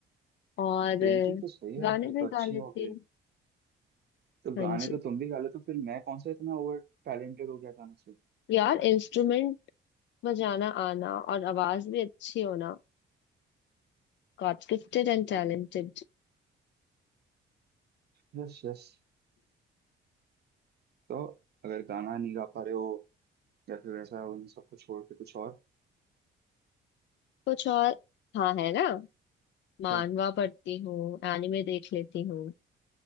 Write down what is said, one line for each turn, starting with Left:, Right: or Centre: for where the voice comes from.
Left: और
Right: पेंटिंग
Left: अ,
Right: तो सही है
Left: गाने
Right: फिर तो
Left: भी
Right: अच्छी
Left: गा लेती
Right: हो गई
Left: हूँ
Right: तो
Left: हाँ
Right: गाने
Left: जी
Right: तो तुम भी गा लेते हो फिर मैं कौन सा इतना ओवर टैलेंटेड हो गया गाना से
Left: यार इंस्ट्रूमेंट बजाना आना और आवाज भी अच्छी होना गॉड गिफ्टेड
Right: ऐसा
Left: एंड
Right: तो
Left: टैलेंटेड
Right: नहीं है Yes yes तो अगर गाना नहीं गा पा रहे हो या फिर ऐसा उन सबको छोड़ के कुछ और
Left: कुछ और हाँ है ना मानवा
Right: क्या
Left: पढ़ती हूँ एनिमे देख लेती हूँ